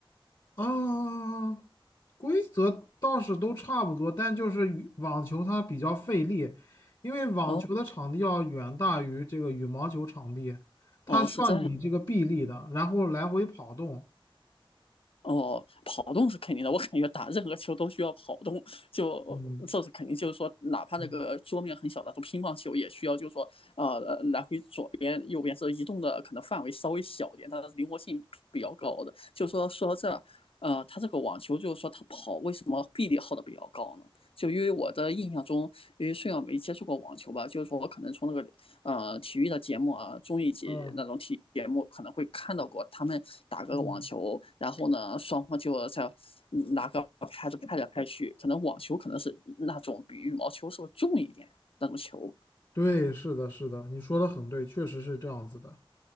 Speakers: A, on the left; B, on the left.
A: 啊，规则倒是都差不多，但就是羽网球它比较费力，因为网球的场地要远大于这个羽毛球场地，
B: 哦
A: 它需要你这个臂力的，
B: 哦，是这样
A: 然后来回跑动。
B: 哦，跑动是肯定的，我感觉打任何球都需要跑动，就这是肯定，
A: 嗯
B: 就是说，哪怕那个桌面很小的，
A: 嗯
B: 都乒乓球也需要，就是说，呃，来回左边、右边是移动的，可能范围稍微小一点，但是灵活性比较高的。就是说，说到这呃，他这个网球就是说他跑为什么臂力耗的比较高呢？就因为我的印象中，因为虽然没接触过网球吧，就是说我可能从那个呃体育的节目啊，综艺节那种体育节目可能会看到过，
A: 嗯
B: 他们打个网球，
A: 嗯，
B: 然后呢双方就在嗯拿个拍子拍来拍去，可能网球可能是那种比羽毛球是不是重一点那种球。
A: 对，是的，是的，你说的很对，确实是这样子的。